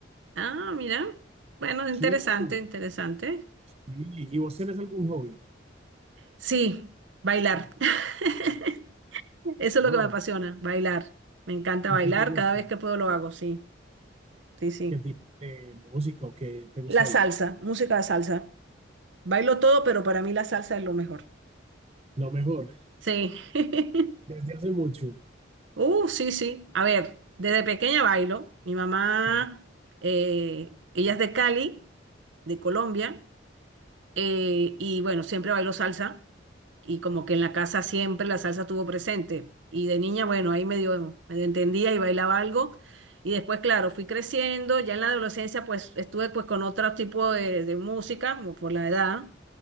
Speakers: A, on the right; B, on the right.
A: Ah, mira. Bueno, interesante,
B: Sí, sí.
A: interesante.
B: ¿Y vos tenés algún hobby?
A: Sí, bailar. <laughs> Eso es lo
B: Ah,
A: que me apasiona, bailar. Me encanta
B: ¿y
A: bailar,
B: qué te gusta?
A: cada vez que puedo lo hago, sí, sí, sí.
B: ¿Qué tipo de música o qué te gusta
A: La salsa,
B: bailar?
A: música de salsa. Bailo todo, pero para mí la salsa es lo mejor.
B: Lo mejor,
A: Sí. <laughs>
B: desde hace mucho.
A: Uh, sí, sí. A ver, desde pequeña bailo. Mi mamá,
B: Ujú.
A: eh, ella es de Cali, de Colombia, Eh, y bueno, siempre bailo salsa y como que en la casa siempre la salsa estuvo presente. Y de niña, bueno, ahí medio, medio entendía y bailaba algo. Y después, claro, fui creciendo, ya en la adolescencia pues estuve pues con otro tipo de, de música, como por la edad.